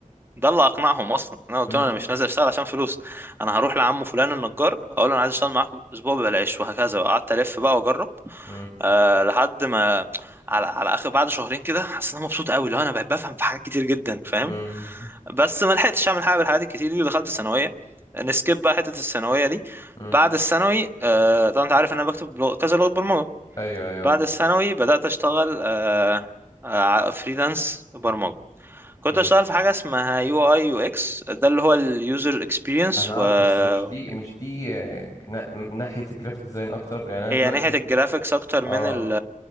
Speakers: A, on the right (about 15°); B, on the left (about 25°).
A: ده اللي اقنعهم اصلا انا قلت
B: امم
A: لهم انا مش نازل اشتغل عشان فلوس انا هروح لعمه فلان النجار اقول له انا عايز اشتغل معاك اسبوع ببلاش وهكذا قعدت الف بقى واجرب
B: امم
A: أه لحد ما على على اخر بعد شهرين كده حسيت ان انا مبسوط قوي لو انا بقيت بفهم في حاجات كتير جدا فاهم
B: امم
A: بس ما لحقتش اعمل حاجه بالحاجات الكتير دي ودخلت الثانويه نسكيب بقى حته الثانويه دي
B: <laughs> امم
A: بعد الثانوي أه طبعا انت عارف ان انا بكتب لغ- كذا لغه برمجه
B: أيوه أيوه
A: بعد الثانوي بدات اشتغل أه أه فريلانس برمجه كنت
B: امم
A: اشتغل في حاجه اسمها يو اي يو اكس ده اللي هو اليوزر اكسبيرينس
B: أنا
A: وهي
B: عارف بس مش دي مش دي آه، نا- ناحية الجرافيك ديزاين أكتر يعني أنا دلوقتي
A: ناحيه الجرافيكس اكتر
B: اه
A: من ال